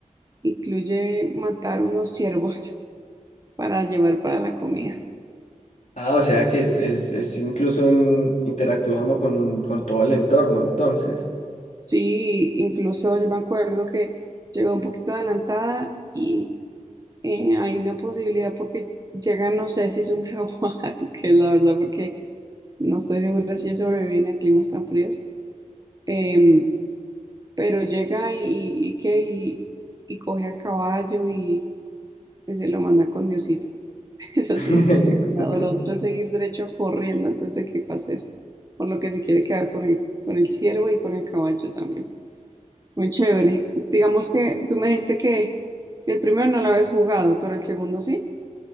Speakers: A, on the right (about 30°); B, on the left (about 65°).
A: incluye matar unos ciervos <laughs> para llevar para la comida.
B: Ah, o sea que es, es, es incluso un- interactúa uno con, con todo el entorno, entonces.
A: Sí, incluso yo me acuerdo que llegó un poquito adelantada y eh, hay una posibilidad porque llega, no sé si es un jaguar, <laughs> que es la verdad porque no estoy segura si ellos sobreviven a climas tan fríos, em, pero llega y, y, y que y, y coge al caballo y pues, se lo manda con Diosito. <laughs> Esa
B: <laughs>
A: es una posibilidad. O la otra es seguir derecho corriendo antes de que pase eso, por lo que se quiere quedar con el, con el ciervo y con el caballo también. Muy chévere. Digamos que tú me dijiste que, que el primero no lo habías jugado, pero el segundo sí.